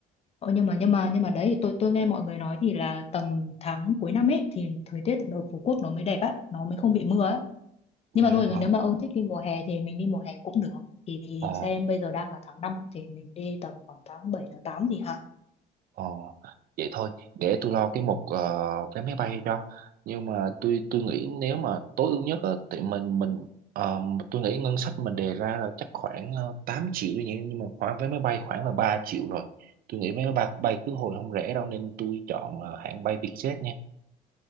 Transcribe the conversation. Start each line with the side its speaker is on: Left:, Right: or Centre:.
Left: ờ, nhưng mà nhưng mà nhưng mà đấy thì tôi tôi nghe mọi người nói thì là tầm tháng cuối năm ấy thì thời tiết ở Phú Quốc nó mới đẹp á nó mới không bị mưa á
Right: vậy
Left: nhưng mà
Right: hả
Left: thôi còn nếu mà ông thích đi mùa hè thì mình đi mùa hè cũng được thì
Right: ờ
Left: xem bây giờ đang là tháng 5 thì mình đi tầm khoảng tháng 7 tháng 8 gì hả
Right: Ồ, vậy thôi, để tôi lo cái mục ờ, vé máy bay cho. Nhưng mà tôi tôi nghĩ nếu mà tối ưu nhất á, thì mình mình ờ, tôi nghĩ ngân sách mình đề ra là chắc khoảng uh, 8 triệu nhỉ, nhưng mà khoảng vé máy bay khoảng là 3 triệu rồi. Tôi nghĩ vé máy bay, bay khứ hồi không rẻ đâu nên tôi chọn ờ, hãng bay Vietjet nha.